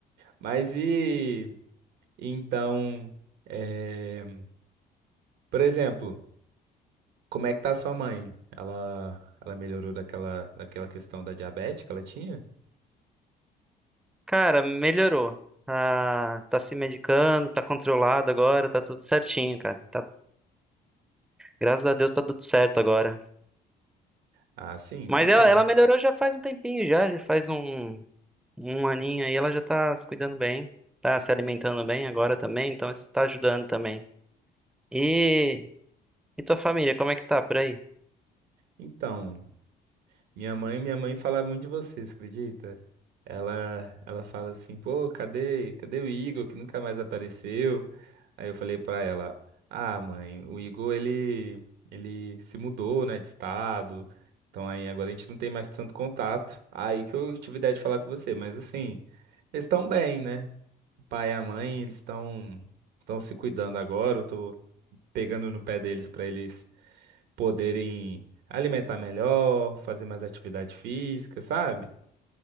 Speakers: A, on the right; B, in the centre.
A: Mas e então, é, por exemplo, Como é que tá a sua mãe? Ela, ela melhorou daquela, daquela questão da diabetes que ela tinha?
B: Cara, melhorou. Tá, tá se medicando, tá controlado agora, tá tudo certinho, cara. Tá, graças a Deus tá tudo certo agora.
A: Ah, sim,
B: Mas
A: que bom.
B: ela, ela melhorou já faz um tempinho já, já faz um, um aninho aí, ela já tá se cuidando bem, tá se alimentando bem agora também, então isso tá ajudando também. E, e tua família, como é que tá por aí?
A: Então, minha mãe, minha mãe fala muito de vocês, acredita? Ela, ela fala assim, pô, cadê, cadê o Igor que nunca mais apareceu? Aí eu falei pra ela, ah, mãe, o Igor ele, ele se mudou, né, de estado. Então aí agora a gente não tem mais tanto contato. Aí que eu tive a ideia de falar com você, mas assim, eles estão bem, né? O pai e a mãe, eles estão estão se cuidando agora. Eu tô pegando no pé deles para eles poderem alimentar melhor, fazer mais atividade física, sabe?